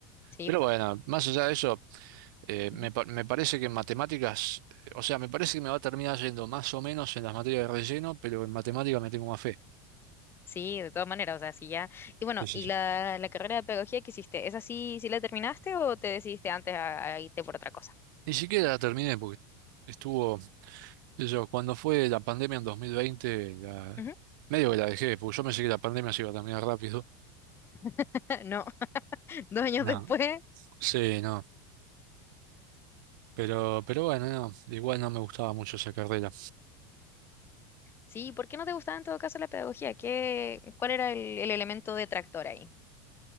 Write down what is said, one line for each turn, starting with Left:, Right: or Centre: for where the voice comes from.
Left: sí,
Right: Pero
Left: pues.
Right: bueno, más allá de eso, eh,
Left: Ujú.
Right: me, pa- me parece que en matemáticas, eh, o sea, me parece que me va a terminar yendo más o menos en las materias de relleno, pero en matemáticas me tengo más fe.
Left: Sí, de todas maneras, o sea, sí ya. Y bueno,
Right: Sí, sí,
Left: ¿y
Right: sí.
Left: la, la carrera de pedagogía que hiciste? ¿Esa sí, sí la terminaste o te decidiste antes a, a irte por otra cosa?
Right: Ni siquiera la terminé porque estuvo... qué sé yo, cuando fue la pandemia en 2020, la-
Left: Ujú.
Right: medio que la dejé, porque yo pensé que la pandemia se iba a terminar rápido.
Left: <laughs> No, dos años
Right: No.
Left: después.
Right: Sí, no. Pero, pero bueno, no, igual no me gustaba mucho esa carrera.
Left: Sí, ¿por qué no te gustaba en todo caso la pedagogía? ¿Qué, cuál era el, el elemento detractor ahí?